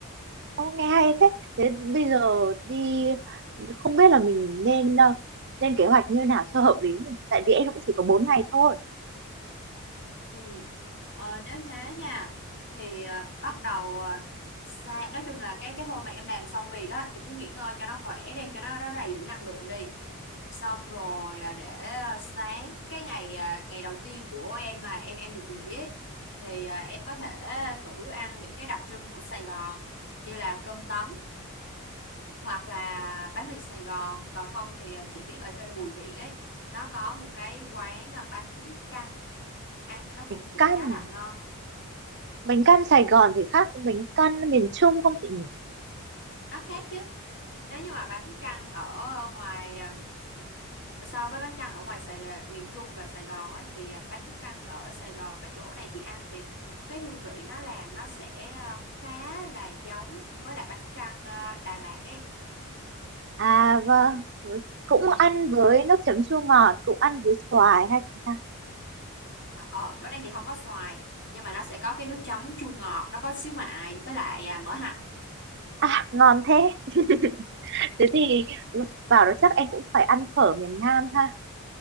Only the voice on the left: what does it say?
Ừ. Ờ, nếu thế nha thì ờ, bắt đầu ờ, sa nói chung là cái cái hôm mà em làm xong việc á thì cứ nghỉ ngơi cho nó khỏe đi cho nó nó đầy đủ năng lượng đi xong rồi ờ, để ờ, sáng cái ngày ờ, ngày đầu tiên của em mà em em được nghỉ ấy, thì ờ, em có thể thử ăn những cái đặc trưng của Sài Gòn như là cơm tấm hoặc là bánh mì Sài Gòn còn không thì ờ, chị biết ở trên Bùi Viện ấy nó có một cái quán ờ, bánh căn ăn nó
cũng cũng
khá là ngon
nó khác chứ nếu như mà bánh căn ở ngoài ờ, so với bánh căn ở ngoài Sài, miền Trung và Sài Gòn ấy, thì ờ, bánh căn ở Sài Gòn với chỗ này chị ăn thì cái hương vị nó làm nó sẽ ờ, khá là giống với lại bánh căn ờ, Đà Lạt ấy
ừ,
ừ.
Mà ở chỗ này thì không có xoài nhưng mà nó sẽ có cái nước chấm chua ngọt nó có xíu mại với lại ờ, mỡ hành